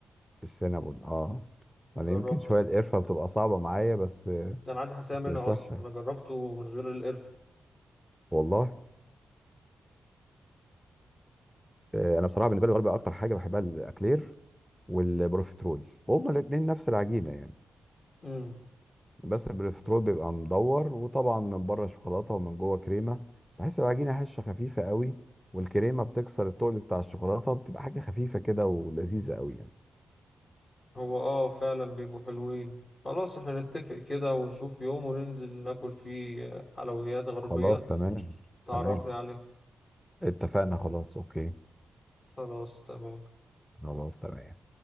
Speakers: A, in the centre; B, on the left.
A: السينابون اه انا
B: جربته
A: يمكن شويه القرفه بتبقى صعبه معايا بس
B: ده انا عندي حساسيه
A: بس
B: منها
A: مش وحشه
B: اصلا انا جربته من غير القرفه
A: والله آه، انا بصراحه بالنسبه لي الغربي اكتر حاجه بحبها الاكلير والبروفيترول وهما الاثنين نفس العجينه يعني
B: امم
A: بس البروفيترول بيبقى مدور وطبعا من بره شوكولاته ومن جوه كريمه بحس العجينه هشه خفيفه قوي والكريمه بتكسر التقل بتاع الشوكولاته بتبقى حاجه خفيفه كده ولذيذه قوي يعني
B: هو اه فعلا بيبقوا حلوين خلاص احنا نتفق كده ونشوف يوم وننزل ناكل فيه حلويات غربية
A: خلاص تمام
B: تعرفني
A: تمام
B: عليه
A: اتفقنا خلاص اوكي
B: خلاص تمام
A: خلاص تمام